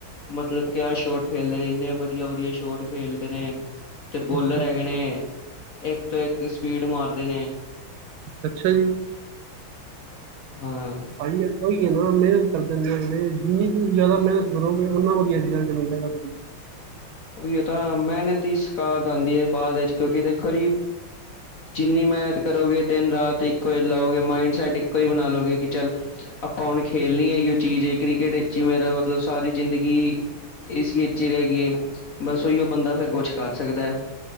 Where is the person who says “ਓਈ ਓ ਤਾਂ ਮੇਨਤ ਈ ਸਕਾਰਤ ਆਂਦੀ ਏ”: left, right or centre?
Left